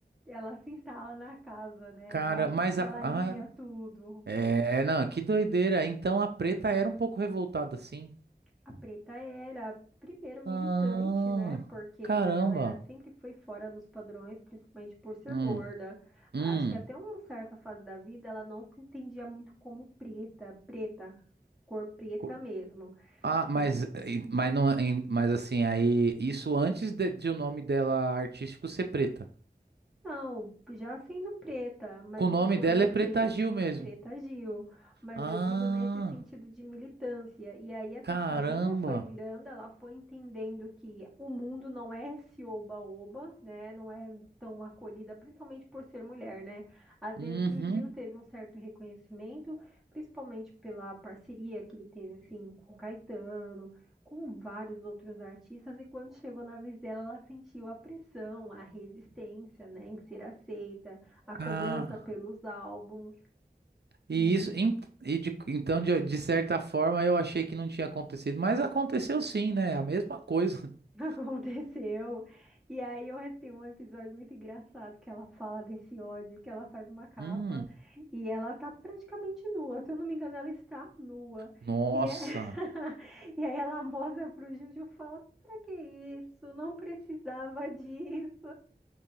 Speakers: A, in the centre; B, on the right (about 80°).
A: ela se instala na casa, né?
B: Cara,
A: Ela,
B: mas
A: ela
B: a,
A: alinha
B: a-
A: tudo.
B: É, não, que doideira. Então a preta era um pouco revoltada assim.
A: A Preta era primeiro militante,
B: Ah,
A: né? Porque
B: caramba.
A: ela era sempre foi fora dos padrões, principalmente por ser
B: Hum,
A: gorda.
B: hum.
A: Acho que até uma certa fase da vida ela não se entendia muito como preta, preta, cor preta
B: Co-
A: mesmo.
B: Ah, mas,
A: E
B: eh, mas, não, em- mas assim, aí, isso antes de, de o nome dela artístico ser preta.
A: Não, já sendo preta, mas
B: Com o
A: eu
B: nome
A: tô falando
B: dela
A: assim,
B: é Preta Gil mesmo.
A: preta Gil, mas
B: Ah,
A: eu digo nesse sentido de militância. E aí essa
B: caramba.
A: chavinha foi virando, ela foi entendendo que o mundo não é esse oba-oba, né? Não é tão acolhida, principalmente por ser mulher, né? Às
B: Uhum.
A: vezes o Gil teve um certo reconhecimento, principalmente pela parceria que ele teve assim com o Caetano com vários outros artistas e quando chegou na vez dela, ela sentiu a pressão, a resistência, né, em ser aceita, a cobrança
B: Ah,
A: pelos álbuns
B: e
A: e
B: isso, en- e de- então, de, de certa forma, eu achei que não tinha acontecido, mas aconteceu sim, né? A mesma coisa. <laughs>
A: <laughs> aconteceu. E aí eu tem um episódio muito engraçado que ela fala desse ódio, que ela faz uma capa
B: Hum.
A: e ela tá praticamente nua, se eu não me engano, ela está nua.
B: Nossa,
A: E, é... <laughs> e aí ela mostra pro Gil e fala, pra que isso? Não precisava disso.